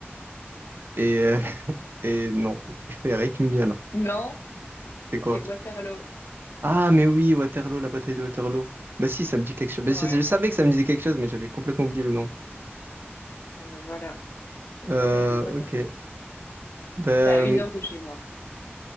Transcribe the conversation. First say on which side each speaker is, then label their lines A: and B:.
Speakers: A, on the right (about 55°); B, on the left (about 80°).
A: Et, euh, <laughs> et non, franchement, il n'y a rien qui me vient là.
B: Non,
A: C'est
B: c'est
A: quoi?
B: Waterloo.
A: Ah, mais oui, Waterloo, la bataille de Waterloo. Bah si, ça me dit quelque chose. Bah,
B: Ouais,
A: si, je savais que ça me disait quelque chose, mais j'avais complètement oublié le nom.
B: Eh ben voilà, la
A: Euh,
B: bataille de Waterloo.
A: ok. Ben
B: C'est à une heure de chez moi.